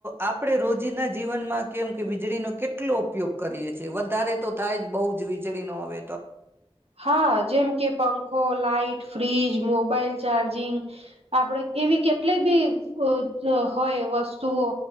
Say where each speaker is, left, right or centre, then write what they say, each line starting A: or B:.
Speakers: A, on the right; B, on the right.
A: આપળે રોજીન્દા જીવનમાં કેમ કે વીજળીનો કેટલો ઉપયોગ કરીએ છે, વધારે તો થાય જ બહુ જ વીજળીનો હવે તો.
B: હા. જેમ કે પંખો, લાાઈટ, ફ્રીજ, મોબાઈલ ચાર્જિંગ આપણે એવી કેટલી બી અ અ હોય વસ્તુઓ